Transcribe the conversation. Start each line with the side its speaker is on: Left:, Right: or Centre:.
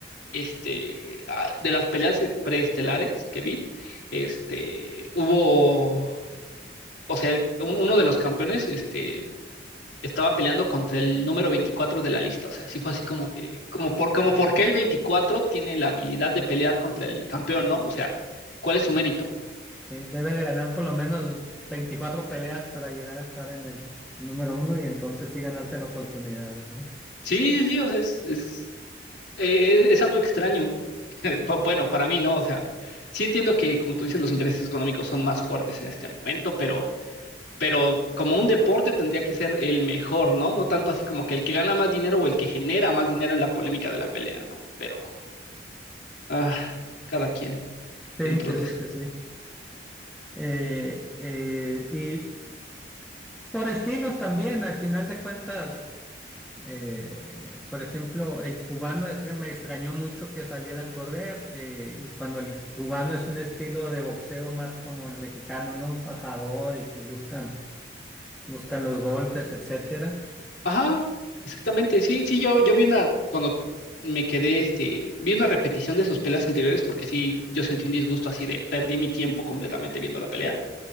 Left: este, ah, de las peleas preestelares que vi, este, hubo, o sea, el- un- uno de los campeones, este, estaba peleando contra el número 24 de la lista, o sea, sí fue así como que, como por, como por qué el 24 tiene la habilidad de pelear contra el campeón, ¿no? O sea, ¿cuál es su mérito?
Centre: de- Debe de ganar por lo menos 24 peleas para llegar a estar en el número uno y entonces sí ganarse la oportunidad, ¿verdad?
Left: Sí, sí, sí, o sea, es, es, eh, es algo extraño. <laughs> Pa- Bueno, para mí, ¿no? O sea, sí entiendo que, como tú dices, los intereses económicos son más fuertes en este momento, pero pero como un deporte tendría que ser el mejor, ¿no? No tanto así como que el que gana más dinero o el que genera más dinero en la polémica de la pelea, ¿no? Pero ah, cada quien
Centre: Sí,
Left: dentro
Centre: sí,
Left: de
Centre: sí,
Left: eso.
Centre: sí, sí. Eh, eh, y por estilos también, al final de cuentas, eh, por ejemplo, el cubano este me extrañó mucho que saliera a correr eh, y cuando el cubano es un estilo de boxeo más como el mexicano, ¿no? Fajador y que buscan, buscan los golpes, etcétera.
Left: Ajá, exactamente. Sí, sí, yo, yo vi una, cuando me quedé, este, vi una repetición de sus peleas anteriores porque sí, yo sentí un disgusto así de perdí mi tiempo completamente viendo la pelea.